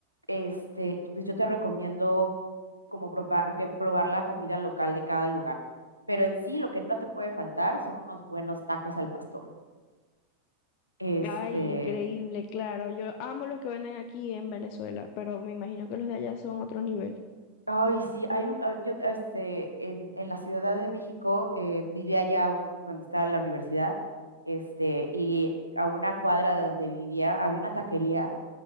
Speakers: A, on the left; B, on the left.
A: este, pues yo te recomiendo como propa- que probar la comida local de cada lugar. Pero en sí, lo que no te puede faltar son unos buenos tacos al pastor. Este,
B: Ay, increíble, claro. Yo amo los que venden aquí en Venezuela, pero me imagino que los de allá son otro nivel.
A: Ay, sí, hay un, ah, yo, este, en, en la Ciudad de México, eh, vivía allá un- cuando estaba en la universidad, este, y a una cuadra de donde vivía había una taquería,